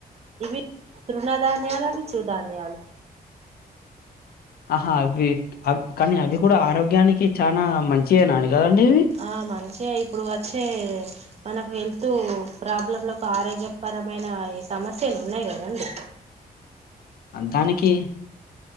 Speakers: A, on the right; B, on the left.
A: ఇవి తృణధాన్యాలు అవి చుధాన్యాలు
B: ఆహా అవి అ కానీ అవి కూడా ఆరోగ్యానికి చాలా మంచియేనా కదండి ఇవి
A: ఆ మంచిగా ఇప్పుడు వచ్చే మనకు వెల్తు ప్రాబ్లం లో ఆరోగ్యపరమైన సమస్యలు ఉన్నాయి గదండి
B: దానికి